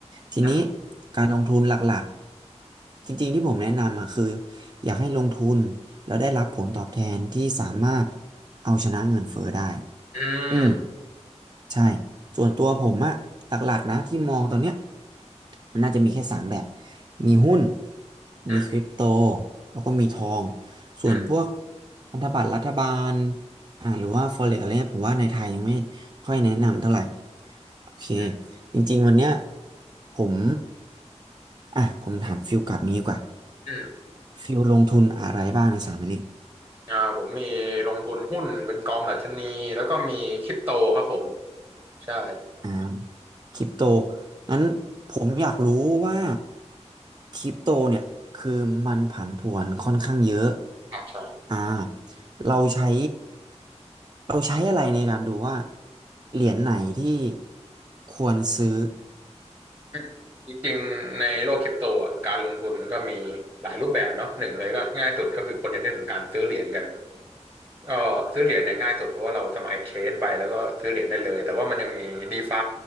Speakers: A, on the right (about 40°); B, on the right (about 15°).
A: ทีนี้
B: นะ
A: การลงทุนหลักๆจริงๆที่ผมแนะนำอ่ะคืออยากให้ลงทุนแล้วได้รับผลตอบแทนที่สามารถเอาชนะเงินเฟ้อได้
B: อืม
A: อืม ใช่ ส่วนตัวผมอะหลักๆนะที่มองตอนเนี้ยมันน่าจะมีแค่สามแบบ มีหุ้น
B: อืม
A: มีคริปโต แล้วก็มีทอง ส่วนพวก
B: อืม
A: พันธบัตรรัฐบาลอ่าหรือว่า forex อะไรเนี่ยผมว่าในไทยยังไม่ค่อยแนะนำเท่าไหร่ โอเค
B: อืม
A: จริงๆวันเนี้ยผม อ่ะ ผมถามฟิลกลับนี้ดีกว่า
B: อืม
A: ฟิลลงทุนอะไรบ้างในสามอันนี้
B: อ่าผมมีลงทุนหุ้นเป็นกองดัชนีแล้วก็มีคริปโตครับผมใช่
A: อ่าคริปโตงั้นผมอยากรู้ว่าคริปโตเนี่ยคือมันผันผวนค่อนข้างเยอะ
B: อ่าใช่
A: อ่าเราใช้เราใช้อะไรในการดูว่าเหรียญไหนที่ควรซื้อ
B: อืมจริงๆในโลกคริปโตอ่ะการลงทุนมันก็มีหลายรูปแบบเนาะหนึ่งเลยก็ง่ายสุดก็คือคนยังได้ถึงการซื้อเหรียญกัน ก็ซื้อเหรียญเนี่ยง่ายสุดเพราะว่าเราสมัคร exchange ไปแล้วก็ซื้อเหรียญได้เลยแต่ว่ามันยังมี DeFi